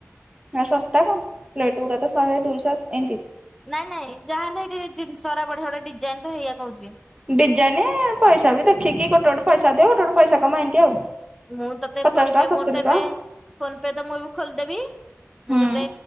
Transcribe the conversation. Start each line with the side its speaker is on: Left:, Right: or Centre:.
Right: ସସ୍ତା କଣ୍ ପ୍ଲେଟ ଗୁରା ତ ଶହେ ଦୁଇଶହ ଏନ୍ତି।
Centre: ନାଇଁ ନାଇଁ ଯାହା ହେଲେ ସେଇଠି ଜିନିଷ ଗୁରା ବଢିଆ ବଢିଆ ଡିଜାଇନ ତ ହେଇଆ କହୁଛି।
Right: ଡିଜାଇନ ପଇସା ବି ଦେଖିକି ଗୋଟେ ଗୋଟେ ପଇସା ଅଧିକ ଗୋଟେ ଗୋଟେ ପଇସା କମ ଏମତି ଆଉ।
Centre: ମୁଁ ତତେ
Right: ପଚାଶ
Centre: ଫୋନ
Right: ଟଙ୍କା
Centre: ପେ
Right: ସତୁରି
Centre: ମୋର ତ ଏବେ
Right: ଟଙ୍କା
Centre: ଫୋନ ପେ ତ ମୁଁ ଏବେ ଖୋଲିଦେବି।
Right: ହୁଁ
Centre: ମୁଁ ତୋତେ